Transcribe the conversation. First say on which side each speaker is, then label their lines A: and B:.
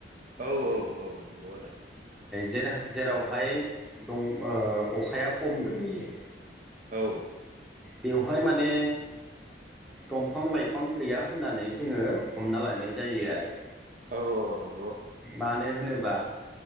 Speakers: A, on the right; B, in the centre.
A: औ औ औ नंगौ आदा
B: जे जेरावहाय दं ओ अखाया खम गोलैयो
A: औ
B: बेवहाय माने दंफां लाइफां गैया होननानै जोङो हमना लानाय जायो आरो
A: औ औ नं
B: मानो होनो बा